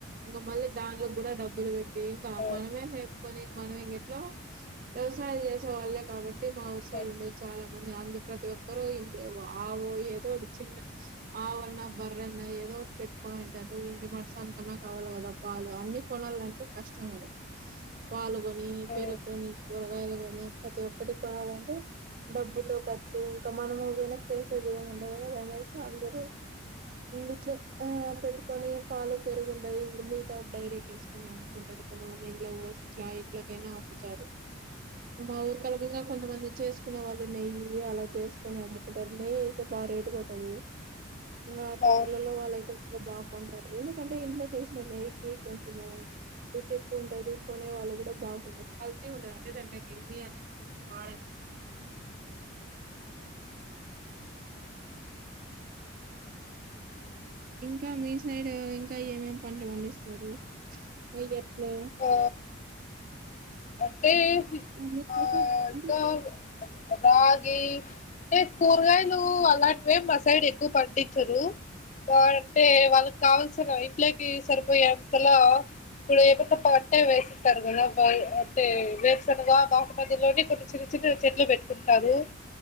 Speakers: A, on the right; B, on the left.
A: ఇంకా మళ్ళీ దాంట్లో కూడా డబ్బులు పెట్ ద కా
B: ఆ
A: మనమే కొని మనం ఇంక ఎట్లా వ్యవసాయాలు చేసేవాళ్ళే కాబట్టి మాఊర్ సైడ్
B: ఆ
A: చాలా మ అంధ ప్రతి ఒ ఒకరు ఇ ఆవు ఏదోటి చిన్న ఆవన్నా బర్రన్నా ఏదో ఒకటి పెట్టుకోంటారు ఇంటి మరసానికన్నా కావాలి కదా పాలు అన్ని కొనాలంటే కష్టం కదా పాలు
B: ఆ
A: పేరుకునిగా ప్రతీ ఒకటి కొనాలంటే డబ్బుతో ఖర్చు ఇంగ మనము వెనకేసేది ఏమి ఉండదు అని అనేసి అందరు ఉరికే ఆ పెట్టుకొని పాలు పెరుగుంటాయి ఇంక మిగతా డైరీకేసుకొని అమ్ముకుంటాడు కొంతమంది ఇంట్లకు పోసి ఇట్లా ఇంట్లకైనా అమ్ముతారు మా ఊరు కొలగా కొంతమంది చేసుకునే వాళ్ళు నెయ్యి అలా చేస్ కొని అమ్ముకుంటారు నెయ్యి అయితే బాగా రేటు పోతది ఆ టౌన్లాల్లో
B: అవును.
A: వాళ్ళైతే బాగ్ కొంటారు ఎందుకంటే ఇంట్లో చేసిన నెయ్యి కొంచెము రుచి ఎక్కువుంటది కొనే వాళ్ళు కూడా బాగుంటారు కల్తీ ఉండదంటే దాంలోకి ఏమి అనే బాగా ఇంకా మీ సైడ్ ఇంకా ఏమేం పంటలు పండిస్తారు మీర్ చేప్ హ
B: ఆ అంటే గ
A: మీకల్లా
B: ఆ
A: అంటే
B: గా రాగి ఏ కూరగాయలు అలాం మేం మా సైడ్ ఎక్కువ పండించరు ఆ అంటే వాళ్ళకావల్సిన ఇంట్లోకి సరిపోయే అంతల ఇప్పుడు ఏమున్నా పంటే వేసింటారు కదా అంటే వేరుసనగా బాట మధ్యలోనే కొన్ని చిన్న చిన్న చెట్లు పెట్టుకుంటారు